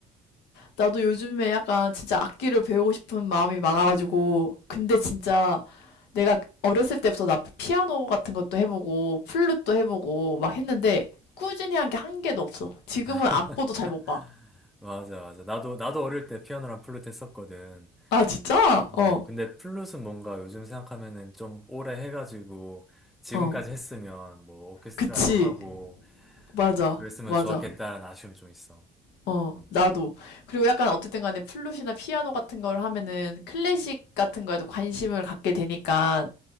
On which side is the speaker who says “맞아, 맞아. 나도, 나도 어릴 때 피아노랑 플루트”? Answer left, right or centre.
Centre